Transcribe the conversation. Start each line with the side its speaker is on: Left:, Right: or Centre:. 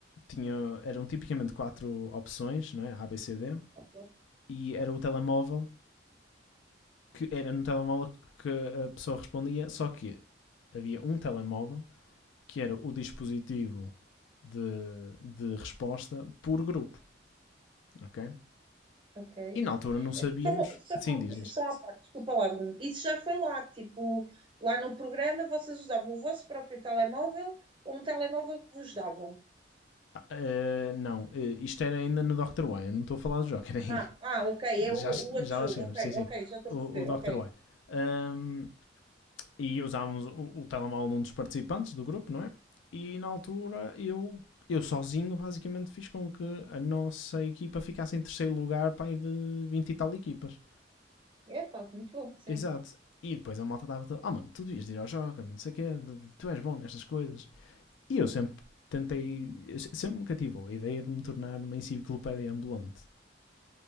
Left: tinha, eram tipicamente quatro opções, não é? A, B, C, D,
Right: ok.
Left: e era o telemóvel, que era no telemóvel que a pessoa respondia, só que havia um telemóvel que era o dispositivo de, de resposta por grupo, ok?
Right: ok.
Left: E na altura não sabíamos.
Right: São, são,
Left: Sim,
Right: à-
Left: diz, diz.
Right: são à parte, desculpa lá, Bruno. Isso já foi lá, tipo, lá no programa vocês usavam o vosso próprio telemóvel ou um telemóvel que vos davam.
Left: Ah, eh, não, eh, isto era ainda no Dr. Why, eu não estou a falar do Joker <laughs> ainda.
Right: Ah, ah, ok, é o,
Left: Já,
Right: o outro
Left: já
Right: jogo,
Left: lá chegamos,
Right: ok,
Left: sim, sim.
Right: ok, já estou
Left: O,
Right: a perceber,
Left: o Dr.
Right: ok.
Left: Why. Ahm, e usávamos o, o telemóvel de um dos participantes do grupo, não é? E na altura eu, eu sozinho basicamente fiz com que a nossa equipa ficasse em terceiro lugar para de 20 e tal equipas.
Right: Epá, muito bom, sim.
Left: Exato. E depois a malta estava toda, oh mano, tu devias de ir ao Joker, não sei o quê, tu és bom nestas coisas. E eu sempre tentei, sempre me cativou a ideia de me tornar uma enciclopédia ambulante.